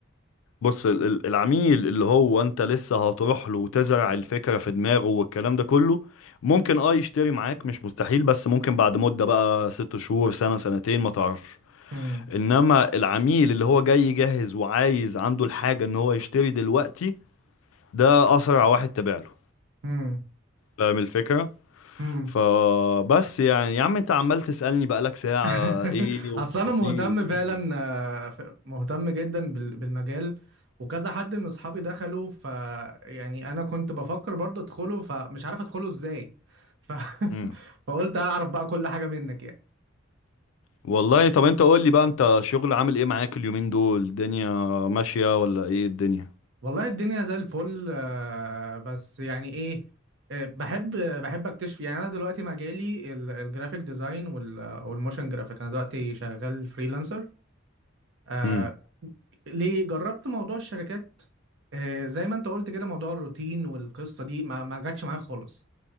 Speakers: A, on the left; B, on the right.
A: بص ال- ال- العميل اللي هو انت لسه هتروح له وتزرع الفكرة في دماغه والكلام ده كله ممكن اه يشتري معاك مش مستحيل بس ممكن بعد مدة بقى ست شهور سنة سنتين ما تعرفش
B: امم
A: انما العميل اللي هو جاي جاهز وعايز عنده الحاجة ان هو يشتري دلوقتي ده اسرع واحد تابع له
B: امم
A: فاهم الفكرة
B: امم.
A: فبس يعني يا عم انت عمال تسألني بقالك ساعة
B: <laughs>
A: ايه والتفاصيل
B: اصل انا مهتم
A: وايه
B: فعلا آه، ف- مهتم جدا بال- بالمجال وكذا حد من اصحابي دخلوا ف يعني انا كنت بفكر برضه ادخله فمش عارف ادخله ازاي ف...
A: مم.
B: <laughs> فقلت اعرف بقى كل حاجة منك يعني
A: والله طب انت قول لي بقى انت شغل عامل ايه معاك اليومين دول الدنيا ماشية ولا ايه الدنيا
B: والله الدنيا زي الفل آه، بس يعني ايه آه، بحب بحب اكتشف يعني انا دلوقتي مجالي ال- الجرافيك ديزاين وال- والموشن جرافيك انا دلوقتي شغال فريلانسر آه
A: امم
B: ليه جربت موضوع الشركات آه زي ما انت قلت كده موضوع الروتين والقصه دي ما ما جاتش معايا خالص